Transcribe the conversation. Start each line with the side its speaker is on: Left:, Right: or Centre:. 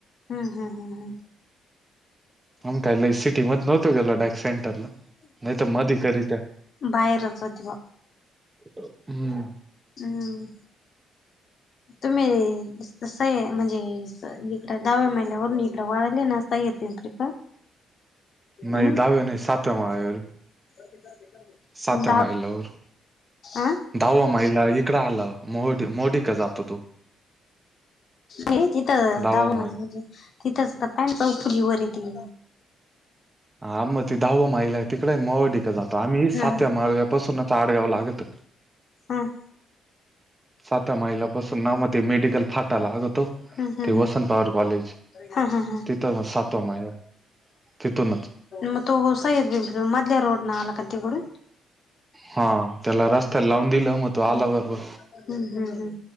Left: हा हा हा हा.
Right: मंग काय लय सिटी मध नव्हतो गेलो डायरेक्ट सेंड टरला नाहीतर मध्ये कधी तर
Left: बाहेरच होती बा
Right: हम्म.
Left: हम्म तुम्ही <unintelligible> स म्हणजे इकडे दाहव्या महिल्यावरून इकडे वाळले ना. <unintelligible>
Right: नाही
Left: हम्म
Right: दहव्या नाही साातव्या माळ्यावर ये.
Left: <unintelligible>
Right: सातव्या
Left: दहा
Right: माईलवर.
Left: अ
Right: दहावा महिला इकडं आला. मोडी मोडीक जातो तू
Left: हे तिथं
Right: दहावा
Left: दाव
Right: माळ
Left: म म्हे तिथंच त पा <unintelligible> च फुली वर यती.
Right: हा मग ते दहावा मयला आहे तिकडे मोहडिक जातो. आम्ही
Left: हा
Right: सातव्या मार्ग्यापासूनच आडगाव लागत.
Left: ह.
Right: सात्या मयलापासून ना, म ते मेडिकल फाटा लागतो.
Left: हम्म हम्म
Right: ते
Left: हम्म
Right: वसंत पवार कॉलेज,
Left: हा हा हा
Right: तिथं म सातवा मायला तिथूनच.
Left: म तो सय्यद बिल्डर मधल्या रोड न आला का तिकडून?
Right: हा त्याला रस्त्याला लावून दिलं, मग तो आला
Left: हम्म
Right: बरोबर.
Left: हम्म हम् हम्.